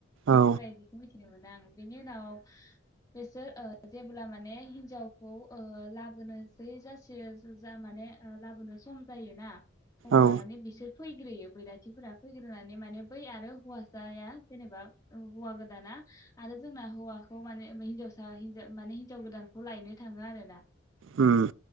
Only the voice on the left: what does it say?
बेेफोर
बायदिखौ <unintelligible> मोनो आं बेनि उनाव बिसोर ओ जेब्ला माने हिनजावखौ ओ लाबोनोसै जासियो जा माने लाबोनो सम जायोना अब्ला
माने बिसोर फैग्रोयो बैराथिफोरा फैग्रोनानै माने बै आरो हौवासाया जेनेबा हौवा गोदाना आरो जोंना हौवाखौ माने हिनजावसा माने हिनजाव गोदानखौ लायनो थाङो आरोना।